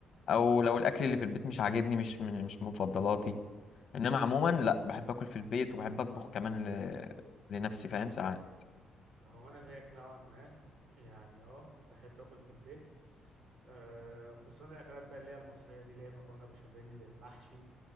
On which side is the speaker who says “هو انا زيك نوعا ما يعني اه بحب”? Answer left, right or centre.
Right